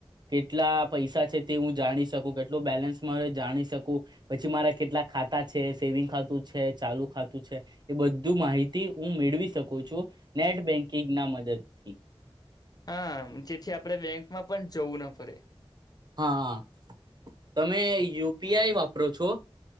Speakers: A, on the right; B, on the left.
A: કેટલા પૈસા છે તે હું જાણી શકું કેટલું બેલેન્સ મા જાણી શકું પછી મારા કેટલા ખાતા છે સેવિંગ ખાતું છે ચાલુ ખાતું છે એ બધું માહિતી હું મેળવી શકું છું નેટ બેન્કિંગ ના મદદ થી
B: હા જેથી આપણેે બેંકમાં પણ જવું ના પડે.
A: હા તમે યુ પી આઈ વાપરો છો?